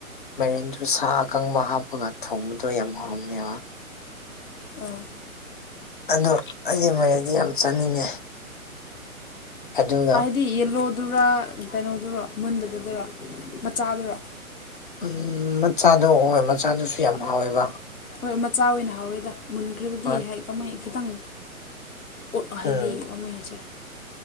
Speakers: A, on the left; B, on the left.
A: ꯃꯦꯔꯦꯟꯗꯨ ꯁꯥ ꯑꯀꯪꯕ ꯍꯥꯞꯄꯒ ꯊꯣꯡꯕꯗꯣ ꯌꯥꯝ ꯍꯥꯎꯔꯝꯅꯦꯕ
B: ꯑꯥ
A: ꯑꯗ‌ꯣ ꯑꯩ ꯃꯥꯏꯔ‌ꯦꯅ ꯗꯤ ꯌꯥꯝ ꯆꯥꯅꯤꯡꯉꯦ ꯑꯗꯨꯒ
B: ꯗꯤ ꯌꯦꯜꯂꯣꯗꯨꯔꯥ ꯀꯩꯅꯣꯗꯨꯔ ꯃꯨꯟꯗꯕꯗꯨꯔ‌ꯣ ꯃꯆꯥꯗꯨꯔꯥ
A: ꯑꯝ ꯃꯆꯥꯗꯣ ꯍꯣꯏ ꯃꯆꯥꯗꯨꯁꯨ ꯌꯥꯝ ꯍꯥꯎꯋꯦꯕ
B: ꯍꯣꯏ ꯃꯆꯥ ꯑꯣꯏꯅ ꯍꯥꯎꯋꯦꯗ ꯃꯨꯟꯈ꯭ꯔꯕꯗꯤ
A: ꯍꯣꯏ
B: ꯀꯃꯥꯏ ꯈꯤꯇꯪ ꯑꯣꯠ ꯍꯥꯏꯗꯤ
A: ꯎꯝ
B: ꯀꯃꯥꯏꯅ ꯍꯥꯏꯖꯔ